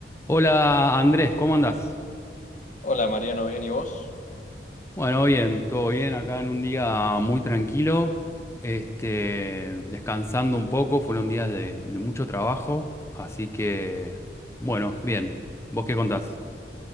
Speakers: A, on the left; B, on the left.
A: Hola Andrés, ¿cómo andás?
B: Hola Mariano, ¿bien y vos?
A: Bueno, bien, todo bien, acá en un día muy tranquilo, este, descansando un poco, fueron días de, de mucho trabajo, así que, bueno, bien, ¿vos qué contás?